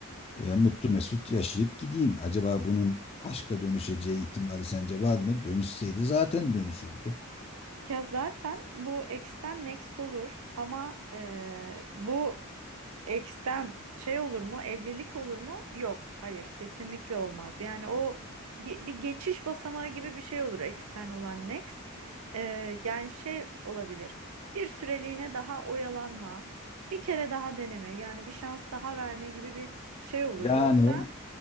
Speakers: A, on the left (about 25°); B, on the right (about 75°).
A: e, mutlu mesut yaşayıp gideyim. Acaba bunun aşka dönüşeceği ihtimali sence var mı? Dönüşseydi zaten dönüşürdü.
B: Ya zaten bu X'ten next olur ama e, bu Ex'ten şey olur mu? Evlilik olur mu? Yok. Hayır, kesinlikle olmaz. Yani o ge- bir geçiş basamağı gibi bir şey olur Ex'ten olan next. Ee, yani şey olabilir. Bir süreliğine daha oyalanma, bir kere daha deneme, yani bir şans daha verme gibi bir şey olur.
A: Yani
B: Yoksa